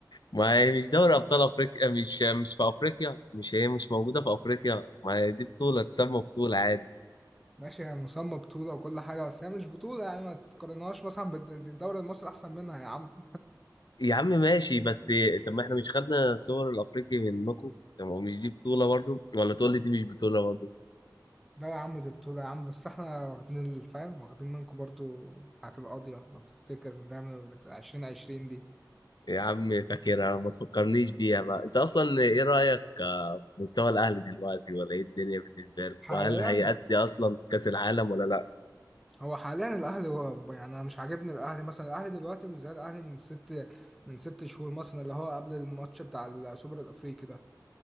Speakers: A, on the left; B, in the centre.
A: ما هي مش دوري ابطال افريقيا مش مش في افريقيا مش هي مش موجوده في افريقيا ما هي دي بطوله تسمى بطوله عادي
B: ماشي هي مسمى بطوله وكل حاجه بس هي مش بطوله يعني ما تتقارنهاش مثلا بالدوري المصري احسن منها يا عم
A: يا عم ماشي بس طب ما احنا مش خدنا صور الافريقي منكم طب هو مش دي بطولة برضو ولا تقول لي دي مش بطولة برضو
B: لا يا عم دي بطولة يا عم بس احنا واخدين الفهم واخدين منكم برضو بتاعت القاضية لو بتفتكر من لعبة عشرين عشرين دي
A: يا عم فاكرها ما تفكرنيش بيها بقى انت اصلا ايه رأيك آه، في مستوى الاهلي دلوقتي ولا ايه الدنيا بالنسبة له
B: حاليا
A: وهل هيأدي اصلا كأس العالم ولا لا
B: هو حاليا الأهلي هو يعني أنا مش عاجبني الأهلي مثلا الأهلي دلوقتي مش زي الأهلي من ست من ست شهور مثلا اللي هو قبل الماتش بتاع السوبر الأفريقي ده